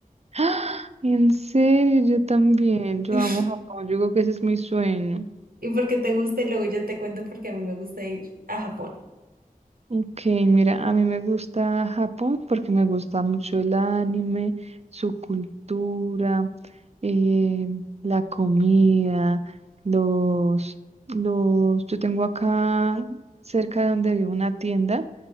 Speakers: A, on the right; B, on the right.
A: ¡Ah! En serio, yo también.
B: <laughs>
A: Yo amo Japón. Yo creo que ese es mi sueño.
B: ¿Y porque te gusta? Y luego yo te cuento porque a mí me gusta ir a Japón.
A: Ok, mira, a mí me gusta Japón porque me gusta mucho el anime, su cultura, eh, la comida, los, los, yo tengo acá cerca de donde vivo una tienda